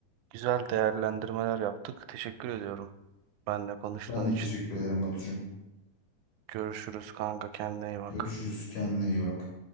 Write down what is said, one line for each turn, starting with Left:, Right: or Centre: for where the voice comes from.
Right: güzel değerlendirmeler yaptık. Teşekkür ediyorum benle konuştuğun
Left: Ben de
Right: için.
Left: teşekkür ederim Batucuğum.
Right: Görüşürüz kanka, kendine iyi bak.
Left: Görüşürüz. Kendine iyi bak.